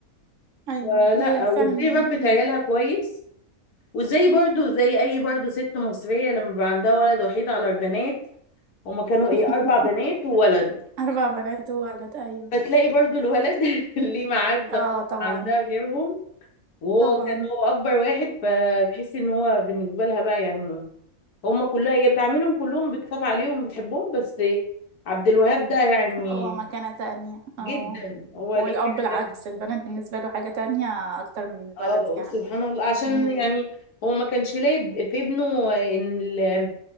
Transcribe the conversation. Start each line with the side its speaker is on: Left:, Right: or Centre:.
Right: ايوه
Left: فلا
Right: هي فعلا
Left: وازاي ربت
Right: مم.
Left: عيالها كويس وزي برضو زي اي برضو ست مصرية لما بيبقى عندها ولد وحيد على البنات هما كانوا
Right: <laughs>
Left: ايه اربع بنات وولد
Right: اربع بنات وولد ايوه
Left: فتلاقي برضو الولد <laughs> ليه معزة
Right: اه طبعا
Left: عندها غيرهم وهو
Right: طبعا
Left: كان هو اكبر واحد فتحسي ان هو بالنسبة لها بقى يعني هما كلها هي بتعاملهم كلهم بتخاف عليهم بتحبهم بس عبد الوهاب ده يعني
Right: هو مكانة تانية اه
Left: جدا هو
Right: والأب
Left: ليه حاجة
Right: العكس البنات بالنسبة له حاجة تانية أكتر من الولد
Left: اه
Right: يعني
Left: سبحان الله عشان
Right: امم
Left: يعني هو ما كانش لاقي في ابنه ان ال-